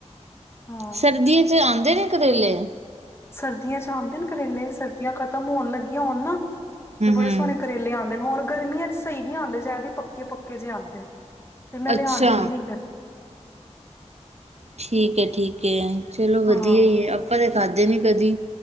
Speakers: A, on the left (about 20°); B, on the right (about 60°).
A: ਹਾਂ
B: ਸਰਦੀਆਂ ਚ ਆਉਂਦੇ ਨੇ ਕਰੇਲੇ।
A: ਸਰਦੀਆਂ ਚ ਆਉਂਦੇ ਕਰੇਲੇ ਸਰਦੀਆਂ ਖਤਮ ਹੋਣ ਲੱਗੀਆਂ ਹੋਣ ਨਾ- ਤੇ ਬੜੇ
B: ਹੂੰ
A: ਸੋਹਣੇ ਕਰੇਲੇ ਆਉਂਦੇ ਨੇ, ਹੁਣ ਗਰਮੀਆਂ ਚ ਸਹੀ ਨਹੀਂ ਆਉਂਦੇ ਜਿਆਦੇ ਪੱਕੇ-ਪੱਕੇ ਜਿਹੇ ਆਉਂਦੇ ਨੇ। ਫਿਰ ਮੈਂ ਲਿਆਉਂਦੀ
B: ਅੱਛਾ
A: ਹੀ ਨੀ ਕਦੀ।
B: ਠੀਕ ਹੈ ਠੀਕ ਹੈ, ਚਲੋ ਵਧੀਆ
A: ਹਾਂ
B: ਹੀ ਹੈ। ਆਪਾਂ ਤਾਂ ਖਾਧੇ ਨਹੀਂ ਕਦੀ।